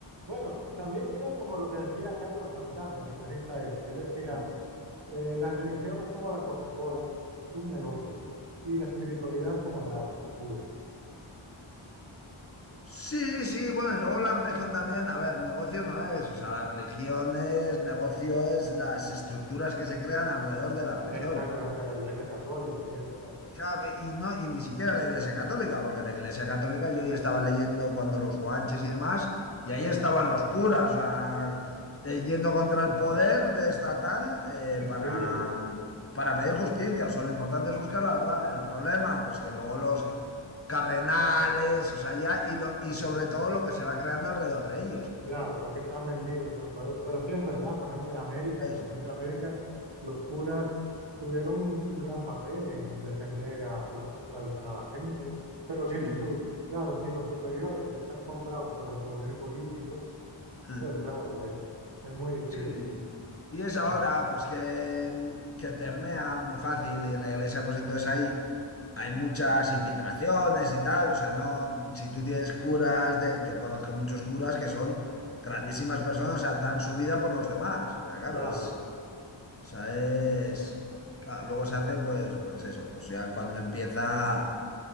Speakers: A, on the right; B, on the left.
A: bueno, también creo como lo que decía Carlos Santana, el guitarrista este, que él decía,
B: mm.
A: eh, la religión es como la Coca-Cola, un negocio, y la espiritualidad es como el agua pura.
B: Sí, sí, bueno, y luego la religión también, a ver, negocio no es, o sea, la religión es, negocio es las estructuras que se crean alrededor de la religión.
A: Exactamente, la Iglesia Católica y eso, claro.
B: Claro, pe- y, no, y ni siquiera la Iglesia Católica, porque la Iglesia Católica yo ya estaba leyendo cuando los guanches y demás, y ahí estaban los curas, o sea, eh, yendo contra el poder de estatal eh,
A: Eh,
B: para,
A: Sí, eh,
B: para pedir justicia. O sea, lo importante es buscar la verdad. El problema, pues que luego los cardenales, o sea, ya, y, lo, y sobre todo lo que se va creando alrededor de ellos.
A: Claro, porque están vendidos al poder. Pero sí es verdad, por ejemplo, en América,
B: Eso.
A: en los experimento de América, los curas tuvieron un, un gran papel en, en defender a que no se esclavizara a la gente. Pero lo
B: Sí,
A: que dices
B: sí.
A: tú, claro, si los superiores están comprados por el poder político,
B: Ah,
A: pues claro, es, es muy difícil.
B: Sí. Y es
A: Es,
B: ahora, pues que, que permea muy fácil y en la iglesia, pues entonces ahí Hay muchas infiltraciones y tal, o sea, no, si tú tienes curas, de, yo conozco muchos curas que son grandísimas personas, o sea, dan su vida por los demás, o sea, claro,
A: claro,
B: es, o sea, es, claro, luego se hace pues, pues eso, pues ya cuando empieza